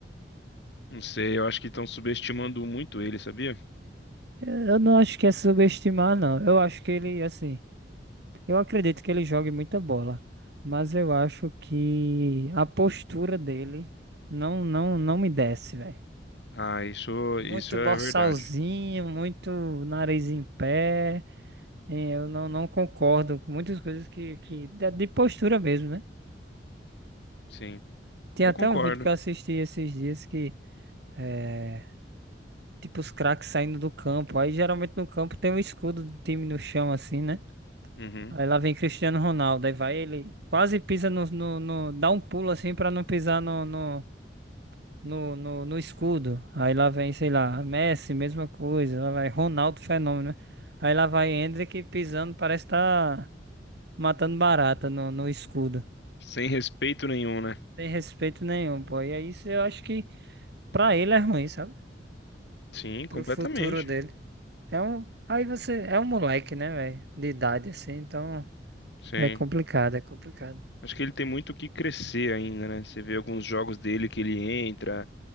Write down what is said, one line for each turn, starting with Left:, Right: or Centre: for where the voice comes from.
Left: Não sei, eu acho que estão subestimando muito ele, sabia?
Right: Eu eu não acho que é subestimar, não. Eu acho que ele, assim. Eu acredito que ele jogue muita bola, mas eu acho que a postura dele não não não me desce, velho.
Left: Ah, isso,
Right: Muito
Left: isso é
Right: borsalzinho,
Left: verdade.
Right: muito nariz em pé. eh, Eu não, não concordo com muitas coisas que, que da- de postura mesmo, né?
Left: Sim,
Right: Tem
Left: eu
Right: até
Left: concordo.
Right: um vídeo que eu assisti esses dias que é tipo os craques saindo do campo. Aí geralmente no campo tem um escudo do time no chão assim, né?
Left: Uhum.
Right: Aí lá vem Cristiano Ronaldo, aí vai ele, quase pisa no, no, no- dá um pulo assim pra não pisar no, no, no, no, no escudo. Aí lá vem, sei lá, Messi, mesma coisa, lá vai Ronaldo, fenômeno, né? Aí lá vai Endrick pisando, parece tá matando barata no, no escudo.
Left: Sem respeito nenhum, né?
Right: Sem respeito nenhum, pô. E aí isso eu acho que pra ele é ruim, sabe?
Left: Sim, completamente.
Right: Pro futuro dele. Então, aí você, é um moleque, né, velho? De idade assim, então
Left: Sim.
Right: é complicado, é complicado.
Left: Acho que ele tem muito o que crescer ainda, né? Você vê alguns jogos dele que ele entra,